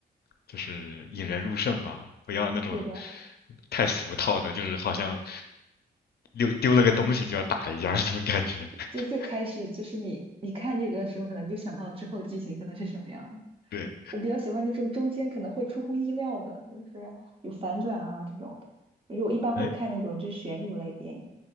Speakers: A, on the left (about 60°); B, on the right (about 30°).
A: 就是引人入胜吧，不要那种
B: 对的，
A: 太俗套的，就是好像丢丢了个东西就要打一架那种感觉。<laughs>
B: 就最开始就是你你看这个的时候，可能就想到之后剧情可能是什么样的。
A: 对，
B: 我比较喜欢就是中间可能会出乎意料的，就是有反转啊这种的。因为我一般会看那种就是悬疑类电影，
A: 哎，